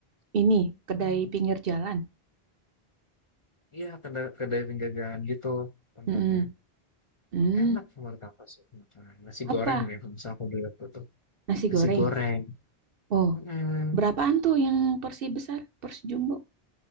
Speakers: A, on the right; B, on the left.
A: ini kedai
B: Hmm,
A: pinggir jalan
B: Iya, kedai, kedai pinggir jalan gitu tempatnya.
A: Mm-mm. Mm,
B: Enak menurut aku sih makanan. Nasi
A: apa
B: goreng nih, kalau misalnya aku beli waktu itu.
A: Nasi
B: Nasi
A: goreng.
B: goreng.
A: Oh,
B: Mm-mm.
A: berapaan tuh yang porsi besar, porsi jumbo?